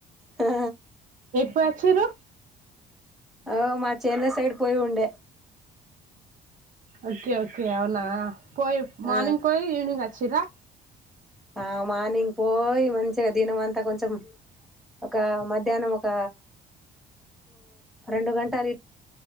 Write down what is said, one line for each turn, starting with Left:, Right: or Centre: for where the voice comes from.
Centre: హా
Right: ఎవరు వచ్చిరు
Centre: ఆఓ మా చేేల సైడ్ పోయి ఉండే
Right: ఓకే ఓకే అవునా పోయి
Centre: ఆ
Right: మార్నింగ్ పోయి ఈవవినింగ్చ్చి చిరా
Centre: ఆ మానింగ్ పోయి మంచిగా దినం అంతా కొంచెం ఒక మధ్యాహ్నం ఒక రెండు గంటలు